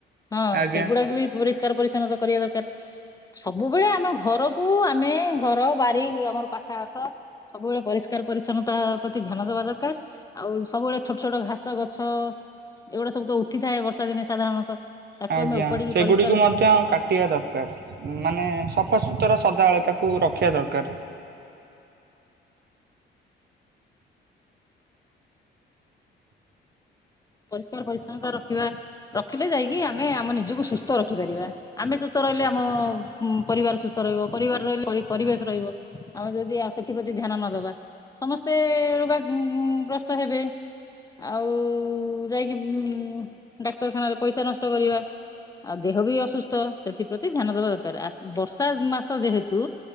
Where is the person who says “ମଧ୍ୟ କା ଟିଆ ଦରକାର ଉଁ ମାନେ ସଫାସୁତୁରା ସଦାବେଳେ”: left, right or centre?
Right